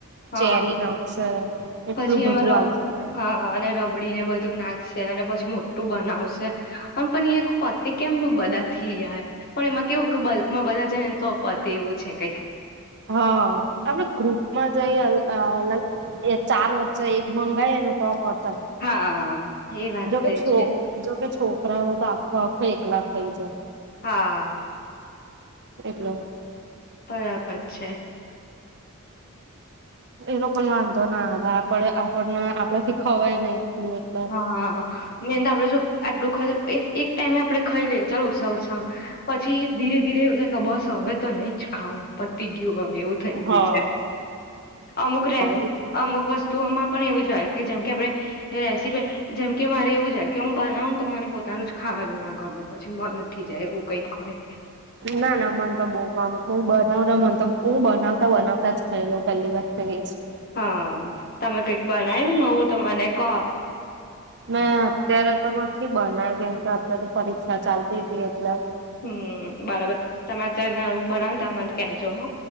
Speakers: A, on the left; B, on the right.
A: હા
B: ચેરી નાખશે એટલું
A: પછી
B: બધું
A: એમાં રબ
B: આવશે
A: હા અને રબડી ને બધ ધુ નાખશે અને પછી મોટું બનાવશે અન પણ યે ખ પતે કેમનું બધા થી યાર પણ એમાં કેવું કે બલ માં બધા જન હોયને તો અ પતે એવું છે કંઈક.
B: હા આપડે ગ્રુપમાં જઈ અ લાઈક એ ચાર વ એક મંગાઈએ ને તો પ તે
A: હા એ વાત
B: જોકે
A: તો
B: છોક
A: છે
B: જોકે છોક છોકરાઓ તો આખો આખો એકલા ખઈ જાય
A: હા
B: એકલો
A: બરાબર છે
B: એલોકો ને વાંધો ના આવે આપડ આપણને આપડા થી ખવાય નહી એટલું એટલે
A: હા મેન તો આપડે જો આટલું ખઈલે એક ટાઈમે આપડે તો ખઈ લે ચાલો ઉસા ઉસા પછી ધીરે ધીરે એવું થાય કે બસ હવે તો નઈ જ ખાવ પતી કેવું હવે એવું થઈ ગયું
B: હા
A: છે અમુક
B: હ
A: અમુક વસ્તુઓમાં પણ એવું જ હોય કે જેમ કે આપડે રે જેમકે મારે એવું જાય કે હું બનાવ તો મને પોતાનું જ ખાવાનું ન ગમેં પછી મન ઉઠી જાય એવું કઈ હોય
B: ના મને તો બહુ ગમ <unintelligible> ના મને તો હું બનાવતા બનાવતા જ ખાઈ લઉ પેલી વાત તો જ
A: હા તમે કઈક બનાવ્યું નવું તો મને કો
B: મેં અત્યારે તો નથી બનાય કેમ કે અત્યારે તો પરીક્ષા ચાલતી હતી એટલે.
A: હમ્મ બરાબર તમાર ને બનાવતા મને કેજો હ.